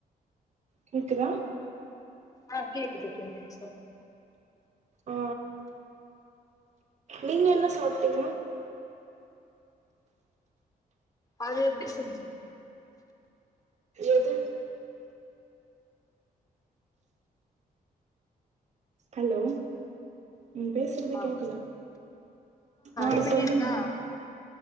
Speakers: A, on the right; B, on the left.
A: கேக்குதா
B: ஆ கேக்குது கேக்குது சொல்லுங்
A: ஆ நீங்க என்ன சாப்ட்டீங்க
B: அது எப்டி செஞ்சுங்க
A: எது ஹலோ நீங்க பேசுறதே
B: ஆ
A: கேக்கல ஆ
B: இப்ப
A: சொல்லுங்க
B: கேக்குதா